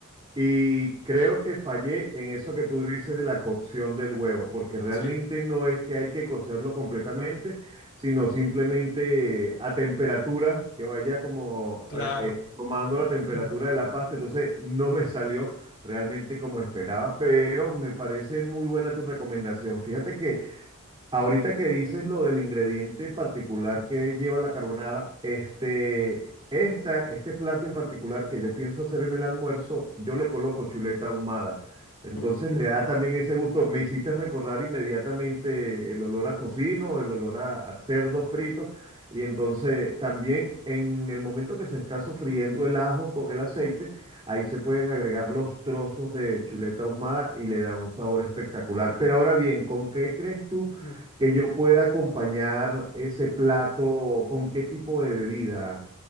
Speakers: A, on the right; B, on the left.
A: Y creo que fallé en eso que tú dices de la cocción del huevo, porque realmente
B: Sí,
A: no es que hay que cocerlo completamente, sino simplemente a temperatura, que vaya como
B: claro.
A: eh, eh, tomando la temperatura
B: Mm,
A: de la pasta. Entonces no me salió realmente como esperaba, pero me parece muy buena tu recomendación. Fíjate que Ahorita que dices lo del ingrediente particular que lleva la carbonara, este, esta, este plato en particular que yo pienso hacer en el almuerzo, yo le coloco chuleta ahumada. Entonces
B: mm,
A: le da también ese gusto. Me hiciste recordar inmediatamente el olor a tocino, el olor a, a cerdo frito, y entonces también en el momento que se está sofriendo el ajo con el aceite, ahí se pueden agregar los trozos de chuleta ahumada y le da un sabor espectacular. Pero ahora bien, ¿con qué crees tú
B: mm.
A: que yo pueda acompañar ese plato? ¿Con qué tipo de bebida,